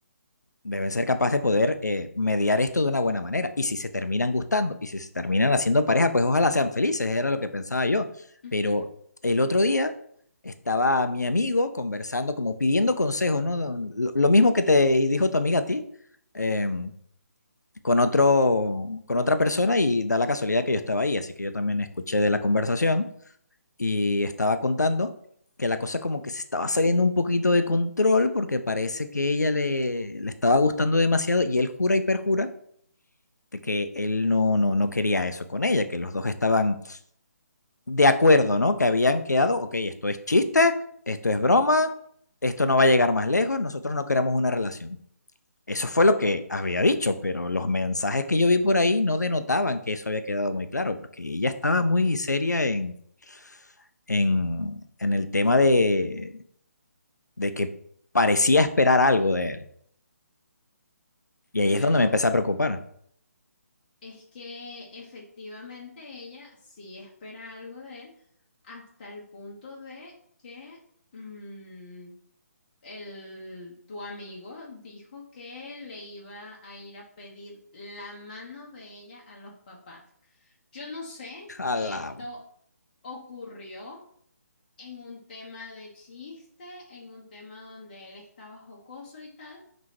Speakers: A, on the left; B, on the left.
A: deben ser capaces de poder eh, mediar esto de una buena manera. Y si se terminan gustando y si se terminan haciendo pareja, pues ojalá sean felices, era lo que pensaba yo.
B: Ujú.
A: Pero el otro día estaba mi amigo conversando, como pidiendo consejos, ¿no? Lo, lo mismo que te dijo tu amiga a ti. em, con otro, con otra persona y da la casualidad que yo estaba ahí, así que yo también escuché de la conversación y estaba contando que la cosa como que se estaba saliendo un poquito de control porque parece que ella le, le estaba gustando demasiado y él jura y perjura de que él no, no, no quería eso con ella, que los dos estaban de acuerdo, ¿no? Que habían quedado, ok, esto es chiste, esto es broma, esto no va a llegar más lejos, nosotros no queremos una relación. Eso fue lo que había dicho, pero los mensajes que yo vi por ahí no denotaban que eso había quedado muy claro, porque ella estaba muy seria en, en, en el tema de, de que parecía esperar algo de él. Y
B: Bueno,
A: ahí es donde me empecé a preocupar.
B: es que efectivamente ella sí espera algo de él hasta el punto de que mm, el, tu amigo dijo que le iba a ir a pedir la mano de ella a los papás. Yo no sé si
A: A la-
B: esto ocurrió en un tema de chiste, en un tema donde él estaba jocoso y tal,